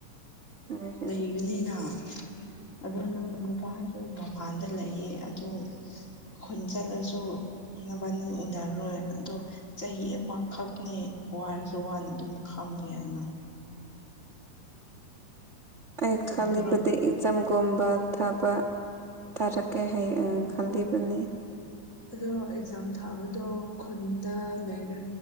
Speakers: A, on the right (about 55°); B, on the left (about 25°).
A: ꯍꯣꯏ ꯍꯣꯏ
B: ꯂꯩꯒꯅꯤꯅ ꯑꯗꯨ ꯅꯪ ꯅꯨꯄꯥꯁꯨ ꯃꯄꯥꯟꯗ ꯂꯩꯌꯦ ꯑꯗꯨ ꯈꯨꯟ ꯆꯠꯂꯁꯨ ꯅꯥꯕꯅꯤ ꯎꯅꯔꯣꯏ ꯑꯗꯣ ꯆꯍꯤ ꯑꯃꯈꯛꯅꯦ ꯋꯥꯔꯁꯨ ꯋꯥꯅ ꯑꯗꯨꯝ ꯈꯥꯝꯕ ꯌꯥꯏꯅ
A: ꯑꯩ
B: ꯆꯨꯝꯗ꯭ꯔꯣ
A: ꯈꯜꯂꯤꯕꯗꯤ ꯑꯦꯛꯖꯥꯝꯒꯨꯝꯕ ꯊꯥꯕ ꯊꯥꯔꯛꯀꯦ ꯍꯥꯏꯌꯦ ꯎꯝ ꯈꯜꯂꯤꯕꯅꯤ
B: ꯑꯗꯣ ꯑꯦꯛꯖꯥꯝ ꯊꯥꯕꯗꯣ ꯈꯨꯟꯗ ꯂꯩꯔ